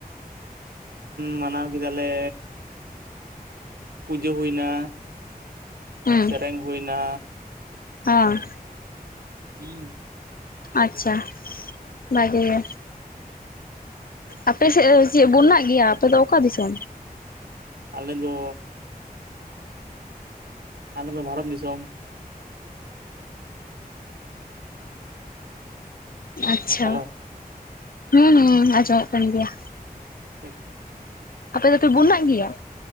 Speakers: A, on the right (about 75°); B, on the left (about 65°).
A: ᱢᱟᱱᱟᱣ ᱠᱮᱫᱟᱞᱮ ᱯᱩᱡᱟᱹ ᱦᱩᱭᱱᱟ
B: ᱦᱩᱸ
A: ᱥᱮᱨᱮᱧ ᱦᱩᱭᱱᱟ
B: ᱦᱚᱸ
A: ᱦᱮᱸ
B: ᱟᱪᱷᱟ ᱵᱷᱟᱜᱤ ᱜᱮ ᱟᱯᱮ ᱥᱮᱫ ᱫᱚ ᱪᱮᱫ ᱵᱚᱱᱟᱜ ᱜᱮᱭᱟ ᱟᱯᱮ ᱫᱚ ᱚᱠᱟ ᱫᱤᱥᱚᱢ
A: ᱟᱞᱮ ᱫᱚ ᱟᱞᱮ ᱫᱚ ᱵᱷᱟᱨᱚᱛ ᱫᱤᱥᱚᱢ
B: ᱟᱪᱪᱷᱟ
A: ᱦᱮᱞᱳ
B: ᱦᱮᱸ ᱟᱸᱡᱚᱢᱚᱜ ᱠᱟᱱ ᱜᱮᱭᱟ
A: <inaudible>
B: ᱟᱯᱮ ᱫᱚᱯᱮ ᱵᱩᱱᱟᱜ ᱜᱮᱭᱟ᱾